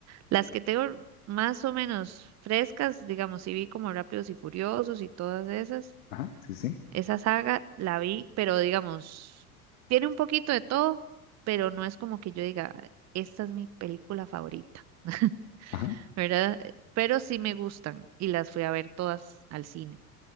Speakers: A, on the right; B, on the left.
A: Las que tengo más o menos frescas, digamos, sí vi como Rápidos y Furiosos y todas esas.
B: ajá, sí, sí,
A: Esa saga la vi, pero digamos, tiene un poquito de todo, pero no es como que yo diga, esta es mi película favorita, <laughs>
B: ajá,
A: ¿verdad? Pero sí me gustan y las fui a ver todas al cine.